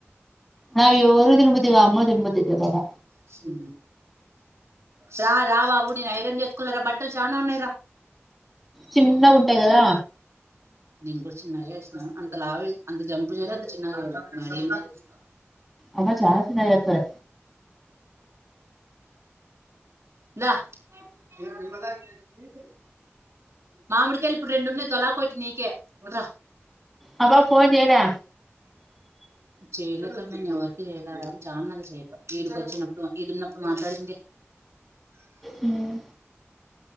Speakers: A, in the centre; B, on the right.
A: అయి రోజు తిన్న బుద్ధి కాదు అంబల్ తినబుద్ధి అయితది బాగా
B: ఉ రా రా బాబు నేను ఐరన్ చేసుకోవాలి రా బట్టలు చానా ఉన్నాయిరా
A: చిన్నగా ఉంటాయి కదా
B: నేను కూడ్ చిన్నగా చేసినా అంత లావ అంత జంప్ చెయ్యలే అంత చిన్నగా చెయ్యలే మడియం గా చేసా
A: అమ్మ చానా చిన్నగా అయితది
B: దా మేము విమలాకి చేసి మామిడికాయలు ఇప్పుడు రెండున్నాయి తొలాకోటి నీకే రా
A: ఆ పాప ఫోన్ చేయదా
B: చేయలే అక్క నేను ఎవరికి చేయలే చానా నాళ్ళు చేయక ఈడికి వచ్చినప్పుడు ఈడున్నప్పుడు మాట్లాడిందే
A: హ్మ్